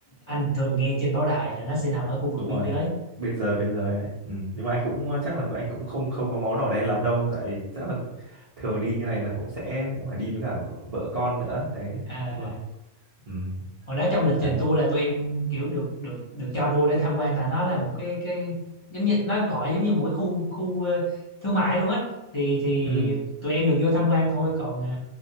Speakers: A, on the left; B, on the right.
A: anh thường nghe trên báo đài là nó sẽ nằm
B: ừ,
A: ở khu
B: đúng
A: vực biên
B: rồi
A: giới
B: bên giới, bên giới. đấy ừ. nhưng mà anh cũng chắc là anh cũng không không có máu đỏ đen lắm đâu vậy chắc là thường đi như này là cũng sẽ cũng phải đi với cả vợ con nữa đấy
A: à,
B: nhưng mà ừ
A: hồi đó trong lịch
B: đấy
A: trình tour là tụi em kiểu được được được cho vô để tham quan tại nó là một cái cái giống như nó gọi giống như một cái khu khu ờ, thương mại luôn á thì thì
B: ừ
A: tụi em được vô tham quan thôi còn ờ,